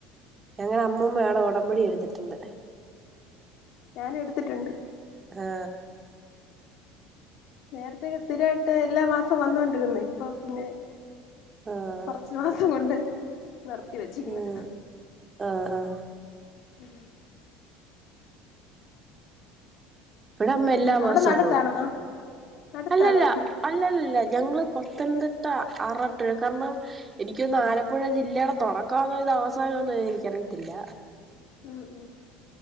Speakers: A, on the right (about 30°); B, on the left (about 60°).
A: ഞങ്ങളെ അമ്മൂമ്മ അവിടെ ഉടമ്പൊടി എടുത്തിട്ടുണ്ട്
B: ഞാൻ എടുത്തിട്ടുണ്ട്
A: ആ
B: നേരത്തക്കെ സ്ഥിരയിട്ട് എല്ലാ മാസവും വന്നോണ്ടിരുന്ന ഇപ്പൊ പിന്നെ
A: ആഹ്
B: കൊറച്ചു മാസം കൊണ്ട് നിർത്തി വെച്ചിരിക്കണ്
A: ഉം ആ ആ
B: ഉം
A: ഇവിടെ അമ്മ എല്ലാ
B: അവിടെന്ന്
A: മാസവും
B: അടുത്താണോ
A: പോകും
B: അടുത്താണോ
A: അല്ലല്ല
B: അത്
A: അല്ലല്ലല്ല ഞങ്ങള് പത്തനതി ആറാട്ടാ ആറാട്ട് കാരണം എനിക്ക് തോന്ന് ആലപ്പുഴ ജില്ലയുടെ തൊടക്കംആന്നോ ഇത് അവസാനംആന്നോ എനിയ്ക്ക് അറിയത്തില്ല
B: ഉം ഉം